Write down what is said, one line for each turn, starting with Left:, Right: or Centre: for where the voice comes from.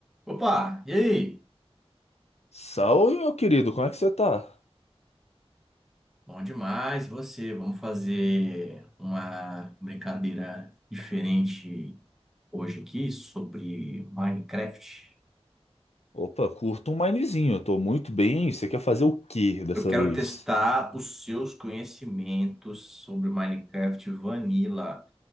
Centre: Opa, e aí?
Left: Salve, meu querido, como é que você tá?
Centre: Bom demais você. Vamos fazer uma brincadeira diferente hoje aqui sobre Minecraft.
Left: Opa, curto um minezinho, eu tô muito bem. Você quer fazer o quê dessa
Centre: Eu quero
Left: vez?
Centre: testar os seus conhecimentos sobre Minecraft Vanilla,